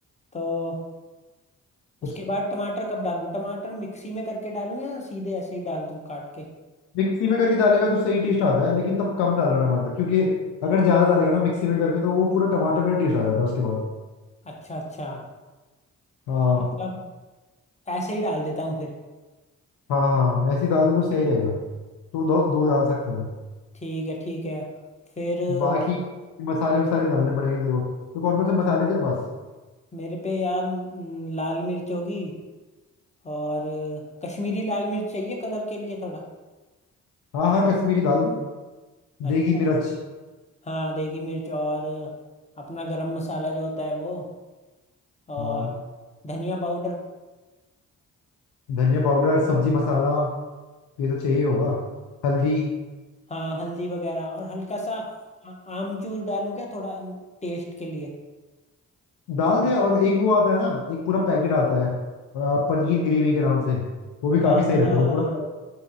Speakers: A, on the left (about 15°); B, on the left (about 75°).
A: तो
B: उस
A: उसके बाद टमाटर कब डालूं टमाटर मिक्सी में करके डालूं या सीधे ऐसे ही डाल दूं काट के
B: मिक्सी में करके डालेगा तो सही टेस्ट आता है लेकिन तब कम डालना टमाटर क्योंकि अगर ज्यादा डालेगा ना मिक्सी में करके तो वो पूरा टमाटर का टेस्ट आ जाता है उसके बाद
A: अच्छा अच्छा
B: हाँ
A: तो मतलब ऐसे ही डाल देता हूँ
B: हाँ हाँ हाँ ऐसी दाल तो सही रहेगा तो दो दो डाल सकता है
A: ठीक है ठीक है फिर अ,
B: बाकी मसाले मसाले डालने पड़ेंगे तेरे को तो कौन कौन से मसाले हैं तेरे पास
A: मेरे पे यार न- लाल मिर्च होगी और अ, कश्मीरी लाल मिर्च चाहिए कलर के लिए थोड़ा
B: हाँ हाँ कश्मीरी डाल दे देगी
A: अच्छा
B: मिर्च
A: हाँ देगी मिर्च और अ, अपना गरम मसाला जो होता है वो और
B: हाँ
A: धनिया पाउडर
B: धनिया पाउडर सब्जी मसाला ये तो चाहिए होगा हल्दी
A: हाँ हल्दी वगैरह और हल्का सा आ- आमचूर डालूं क्या थोड़ा न- टेस्ट के लिए
B: डाल दे और एक वो आता है ना एक पूरा पैकेट आता है अ, पनीर ग्रेवी के नाम से वो भी काफी
A: हाँ
B: सही
A: हाँ
B: रहता
A: हाँ
B: है वो
A: हाँ
B: पूरा
A: हाँ।